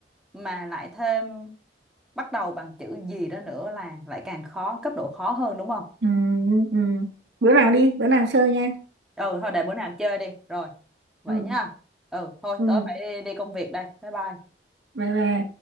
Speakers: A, in the centre; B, on the right.
A: mà lại thêm bắt đầu bằng chữ gì đó nữa là lại càng khó cấp độ khó hơn đúng không
B: Ừ. Ừ. bữa nào đi bữa nào chơi nha
A: ừ thôi để bữa nào chơi đi rồi vậy
B: ừ.
A: nha ừ thôi
B: Ừ.
A: tớ phải đi, đi công việc đây bye bye
B: bye bye